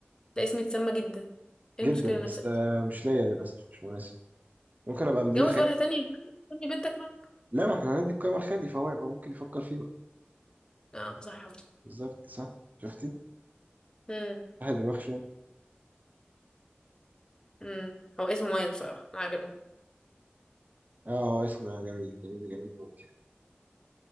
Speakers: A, on the left; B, on the right.
A: ده اسم يتسمى جدا ايه
B: جدا
A: المشكلة
B: بس
A: نفس الاسم
B: آه، مش ليا للأسف مش مناسب ممكن أبقى مدير
A: جوز
B: خالي
A: واحدة تانية بقى، خلي بنتك معاك
B: لا ما إحنا هندي القايمة لخالي فهو يبقى ممكن يفكر فيه بقى
A: اه صح
B: بالظبط صح شفتي
A: امم
B: واحد دماغ شوية
A: امم هو اسمه مميز بصراحة أنا عجبني
B: آه هو اسم جميل جميل جميل ممتع